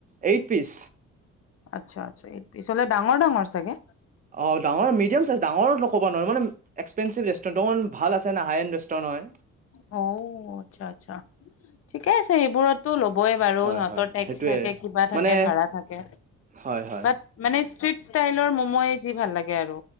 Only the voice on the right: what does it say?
এইট পিচ।
অ', ডাঙৰ মেদিয়াম চাইজ, ডাঙৰো ন কবা নোৱাৰোঁ মানে এক্সপেনচিভ ৰেষ্টুৰেণ্ট অকন ভাল আছে না হাইন ৰেষ্টৰেণ্ট হয়।
হয়
হয়
সেইটোৱে
মানে
হয় হয়